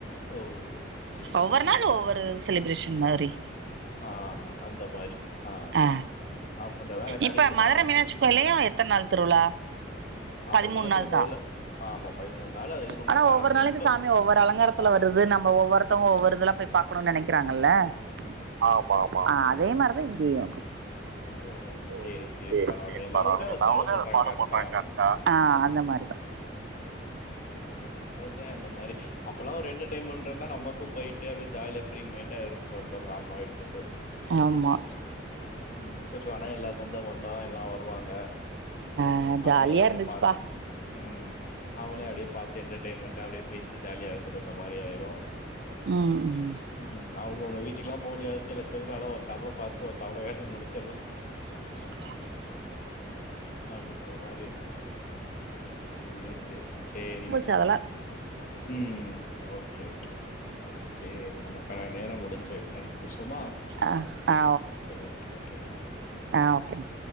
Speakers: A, on the left; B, on the right.
A: ஓ சேரி
B: ஒவ்வொரு
A: சேரி
B: நாள் ஒவ்வொரு செலிப்ரேஷன் மாரி
A: ஆ அந்த மாரி ஆ
B: அ
A: அப்ப இந்த வேல
B: இப்ப
A: கடைசி
B: மதுர
A: பன்னெண்டு
B: மீனாட்சி கோயில்லயு எத்தன் நாள் திருவுழா
A: ஆமா
B: பதிமூன்
A: மீனாட்சியம்மன்
B: நாள்
A: கோயில்ல
B: தா
A: ஆமா நாள் அது இது பண்ணுவாங்க.
B: ஆனா ஒவ்வொரு நாளக்கி
A: ரொம்ப
B: சாமி ஒவ்வொரு அலங்கார த்துல
A: ஆமா.
B: வருது நம்ப ஒவ்வொருத்தவுங்க ஒவ்வொரு இதல்லா போய் பாக்கணு நெனக்கிறாங்கல்ல ஆமா ஆமா அ அதே மாரி தா இங்கெயு
A: ஓ!
B: ஓ
A: சரி, சரி
B: சேரி
A: பரவால்ல.
B: சேரி
A: எல்லா
B: பரவாலங்க
A: ஊர்லயும்
B: நா ஒன்னே
A: பண்றாங்க
B: அத ஃபாலோ
A: கரெக்ட்டா.
B: பண்றேங்க்கா ஆ அந்த மாரிதா
A: ம் ஒரு டைம் அந்த மாரி அப்பல்லா ஒரு எண்டெர் டெய்ண்மென்ட் இருந்தா நமக்கு போயிட்டு அப்டியே ஜாலியா ஃப்ரீ மைண்டா இருந்துட்டு வந்தர்லாமாய்ன் சொல்ட்டு
B: ஆமா
A: ம் திர்வுழானா எல்லா சொந்த பந்தா எல்லா வருவாங்க
B: அ ஜாலியா
A: அவுங்களயு அப்டியே
B: இருந்துச்சுப்பா
A: பாத்த ம் அவுங்களயு அப்டியே பாத்து என்டர்டெய்ன்மெண்ட்டா அப்டியே பேசி ஜாலியா இருந்துட்டு வந்த மாரியு ஆயிரு
B: ம் ம்
A: ம் அவுங்க உங்க வீட்டுக்குல்லா போ வேண்டிய அவசியொ இல்ல திருவுழாள ஒரு தவுள பாத்து ஒரு தவுள வேலைய முடுச்சர்லா
B: <inaudible>
A: அப்டின்ற மாரி இருக்கு சேரி சேரி சேரிங்க
B: அதலா
A: ம் ஓகே ஓகே சேரி நமக்கான நேரம் முடுஞ்சு விட்டது பேசோமா ம்
B: ஆ ஆ
A: சேரி ஓகே ஓகே நன்றி
B: ஆ ஓகேம்மா